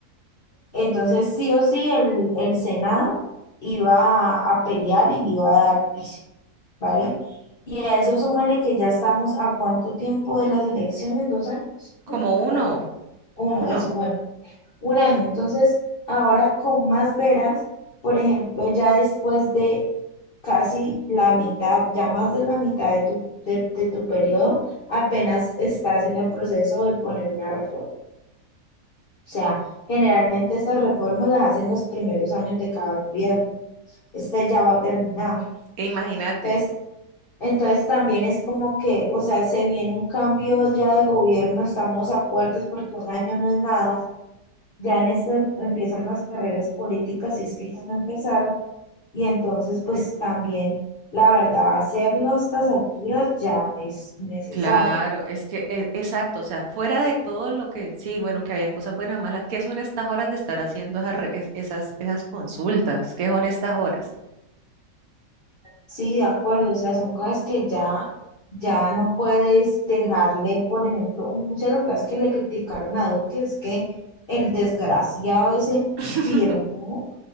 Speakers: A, on the left (about 60°); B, on the right (about 65°).
A: Entonces, sí o sí, el, el Senado iba a, a pelear y le iba a dar juicio, ¿vale? Y a eso súmele que ya estamos a cuánto tiempo de las elecciones, dos años,
B: Como
A: creo,
B: uno,
A: o tres, uno,
B: uno,
A: eso, bueno, un año. Entonces, ahora con más veras, por ejemplo, ya después de casi la mitad, ya más de la mitad de tu, de de tu periodo, apenas estás en el proceso de poner una reforma. O sea, generalmente estas reformas las hacen los primeros años de cada gobierno. Este ya va a terminar.
B: e imagínate.
A: Entonces, entonces también es como que, o sea, se viene un cambio ya de gobierno, estamos a puertas porque un año no es nada. Ya en esto empiezan las carreras políticas, si es que ya no empezaron. Y entonces, pues también, la verdad, hacerlo a estas alturas ya es necesario.
B: Claro, es que, e- exacto, o sea, fuera de todo lo que, sí, bueno, que habían cosas buenas o malas, ¿qué son estas horas de estar haciendo esas, re- es- esas, esas consultas? ¿Qué son estas horas?
A: Sí, de acuerdo, o sea, son cosas que ya, ya no puedes dejarle, por ejemplo, muchas de las cosas que le criticaron a Duque es que el desgraciado ese
B: <laughs>
A: firmó,